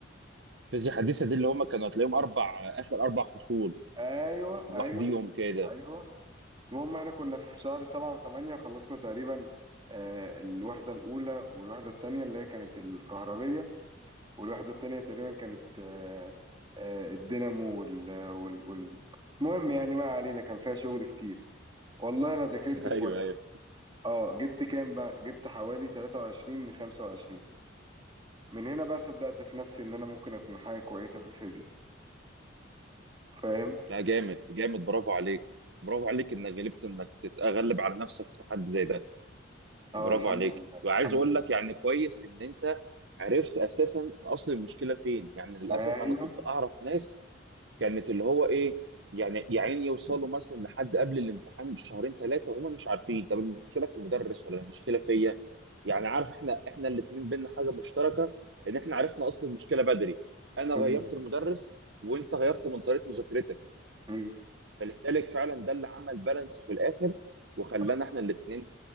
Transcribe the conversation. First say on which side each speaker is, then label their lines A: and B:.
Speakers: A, on the right; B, on the right.
A: فيزياء حديثه دي اللي هم كانوا هتلاقيهم اربع اخر اربع فصول
B: ايوه
A: لوحديهم
B: ايوه
A: كده
B: ايوه المهم احنا كنا في شهر سبعة وثمانية خلصنا تقريبا آه الوحده الاولى والوحده الثانيه اللي هي كانت الكهربيه والواحدة التانية تقريبا كانت آه، آه، الدينامو وال... وال... وال... المهم يعني ما علينا كان فيها شغل كتير والله أنا ذاكرت
A: ايوه
B: كويس
A: ايوه
B: اه جبت كام بقى جبت حوالي 23 من 25 من هنا بقى صدقت في نفسي إن أنا ممكن أكون حاجة كويسة في الفيزياء فاهم
A: لا جامد جامد برافو عليك برافو عليك انك غلبت انك تتغلب على نفسك في تحدي زي ده
B: اه
A: برافو
B: الحمد
A: عليك
B: لله
A: وعايز
B: الحمد
A: اقول
B: لله
A: لك يعني كويس ان انت عرفت اساسا اصل المشكله فين يعني للاسف
B: أيوه
A: انا كنت اعرف ناس كانت اللي هو ايه يعني يا عيني يوصلوا مثلا لحد قبل الامتحان بشهرين ثلاثه وهم مش عارفين طب المشكله في المدرس ولا المشكله فيا يعني عارف احنا احنا الاثنين بينا حاجه مشتركه ان احنا عرفنا اصل المشكله بدري انا
B: مم.
A: غيرت المدرس وانت غيرت من طريقه مذاكرتك
B: مم.
A: فلذلك فعلا ده اللي عمل بالانس في الاخر وخلانا
B: صح
A: احنا الاثنين